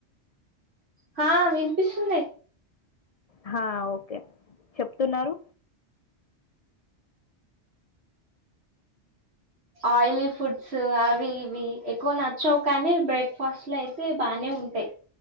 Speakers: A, on the right; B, on the left.
A: హ విన్పిస్తున్నాయి
B: హ ఓకే చెప్తున్నారు
A: ఆయిలీ ఫుడ్స్ అవి ఇవి ఎక్కువ నచ్చావు కానీ బ్రేక్ఫాస్ట్ లో అయితే బానే ఉంటాయి